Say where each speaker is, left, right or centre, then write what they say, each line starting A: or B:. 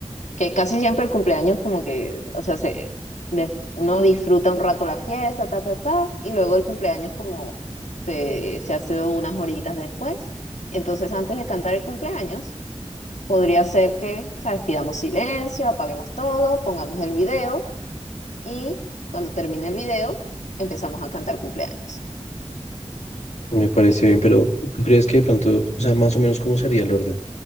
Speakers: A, on the left (about 90°); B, on the left (about 75°).
A: que casi siempre el cumpleaños como que, o sea, se, de- uno disfruta un rato la fiesta, ta, ta, ta, y luego el cumpleaños como se, se hace unas horitas después. Entonces, antes de cantar el cumpleaños, podría ser que, ¿sabes? Pidamos silencio, apaguemos todo, pongamos el video y cuando termine el video, empezamos a cantar cumpleaños.
B: Me parece bien, pero ¿tú crees que de pronto, o sea, más o menos cómo sería el orden?